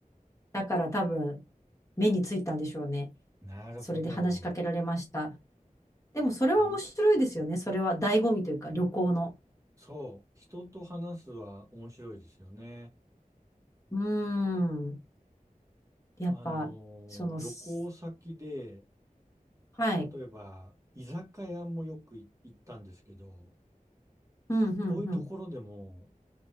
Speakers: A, on the left; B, on the right.
A: だから多分目についたんでしょうね。
B: なるほど。
A: それで話しかけられました。でもそれは面白いですよね。
B: え
A: それは醍醐味というか旅行の。
B: そう、人と話すは面白いですよね。
A: うーん。やっぱ、
B: あの
A: その、
B: ー旅行先で、
A: すはい。
B: 例えば居酒屋もよくい行ったんですけど、
A: うん、うん、
B: そういうところでも、
A: うん。